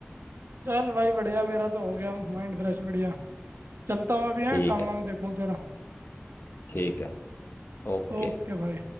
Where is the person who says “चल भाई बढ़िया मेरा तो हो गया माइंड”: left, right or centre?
Right